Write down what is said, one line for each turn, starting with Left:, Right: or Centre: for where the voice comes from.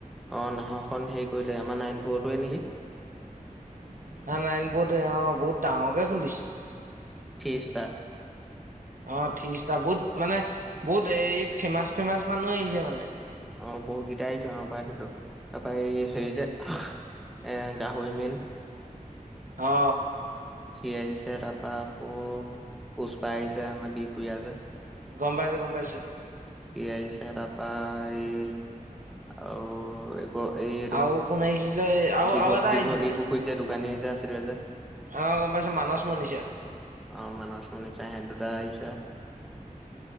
Centre: অ নাহৰখন হেৰি কৰিলে আমাৰ নাইন বত-। টোৱে নেকি।
Right: না নাইন বৰ্ত এ অ বহুত- ডাঙৰকে খুলিছে।
Centre: থ্ৰী ষ্টাৰ
Right: অ থিৰিষ্টাৰ বহুত মানে বহুত এই ফেমাৰ্চ ফেমাৰ্চ মানুহ আহিছে মানে।
Centre: অ বহুতকেইটা আহিছে অহ পাইছিলো। তাৰপৰা এই হেৰি যে-। গাহৰি মেইন-।
Right: অ।
Centre: সি আহিছে তাৰপৰা আকৌ পুষ্পা আহিছে আমাৰ বিহফুৰিয়া যে।
Right: গম পাইছো গম পাইছো।
Centre: কি আহিছে তাৰপা এই আৰু-। আকৌ এইটো
Right: আৰু কোন আহিছিলে আৰু
Centre: দীঘল
Right: আৰু এটা
Centre: দীঘলী
Right: আহিছিলে
Centre: পুখুৰীত যে দোকানী যে আছিলে যে।
Right: অ গম পাইছো মানস মনিষা
Centre: অ মানস কুলিতা সেইতি দুটা-। এ আহিছে